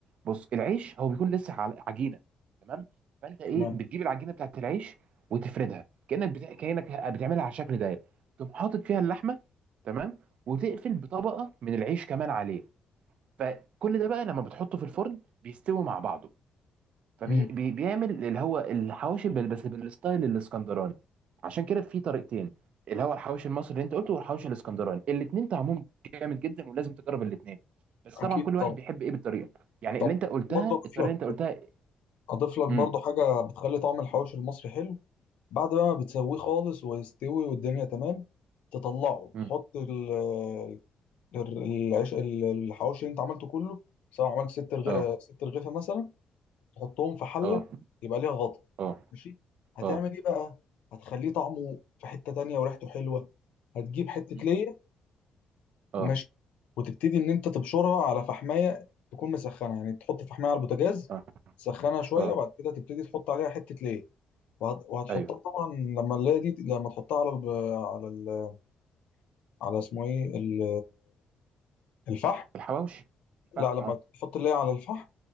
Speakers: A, on the right; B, on the left.
A: بص العيش هو بيكون لسه عل- عجينه تمام فانت ايه
B: تمام
A: بتجيب العجينه بتاعت العيش وتفردها كانك بتا... كانك بتعملها على شكل دايره تقوم حاطط فيها اللحمه تمام وتقفل بطبقه من العيش كمان عليه فكل ده بقى لما بتحطه في الفرن بيستوي مع بعضه فبيعمل
B: امم
A: اللي هو الحواوشي بال- بس بالستايل الاسكندراني عشان كده في طريقتين اللي هو الحواوشي المصري اللي انت قلته والحواوشي الاسكندراني الاثنين طعمهم جامد جدا ولازم تجرب الاثنين بس طبعا
B: اكيد
A: كل واحد
B: طبعا
A: بيحب ايه بالطريقه يعني
B: طب
A: اللي انت قلتها
B: برضه اضيف
A: الطريقه
B: لك
A: اللي انت قلتها
B: اضيف لك برضه
A: امم
B: حاجه بتخلي طعم الحواوشي المصري حلو بعد بقى ما بتسويه خالص ويستوي والدنيا تمام تطلعه
A: امم
B: تحط ال- ال- العيش ال- الحواوشي اللي انت عملته كله سواء عملت ست رغ...
A: اه
B: ست رغيفة مثلا تحطهم في حلة
A: اه
B: يبقى ليها غطا
A: اه
B: ماشي هتعمل
A: اه
B: ايه بقى هتخليه طعمه في حتة تانية وريحته حلوة هتجيب حتة
A: مم.
B: ليا
A: اه
B: وماشي وتبتدي ان انت تبشرها على فحماية تكون مسخنة يعني تحط فحماية على البوتاجاز
A: اه
B: تسخنها شوية
A: اه
B: وبعد كده تبتدي تحط عليها حتة ليا وهت- وهتحطها
A: ايوه
B: طبعا لما نلاقي دي لما تحطها على الب... على ال... على اسمه ايه ال... الفحم
A: الحواوشي الفحم
B: لا لما
A: اه
B: تحط اللي هي على الفحم